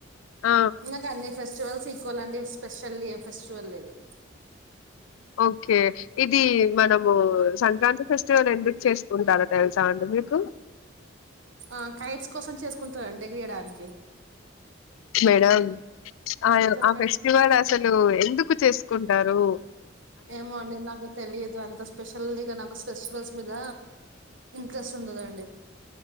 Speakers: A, on the left (about 80°); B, on the right (about 70°).
A: ఆ
B: ఇగ కానీ ఫెస్టివల్స్ ఈక్వల్ అండి స్పెషలీ ఏ ఫెస్టివల్ లేదు
A: ఓకే ఇది మనము సంక్రాంతి ఫెస్టివల్ ఎందుకు చేసుకుంటారా తెలుసా అండి మీకు
B: ఆ కైట్స్ కోసం చేసుకుంటారండి ఏగరేయడానికి
A: మేడం ఆ
B: చెప్పండి
A: ఆ ఫెస్టివల్ అసలు ఎందుకు చేసుకుంట టారు
B: ఏమో అండి నాకు తెలియదు అంత స్పెషలీగా నాకు ఫెస్టివల్స్ మీద ఇంట్రెస్ట్ ఉండదు అండి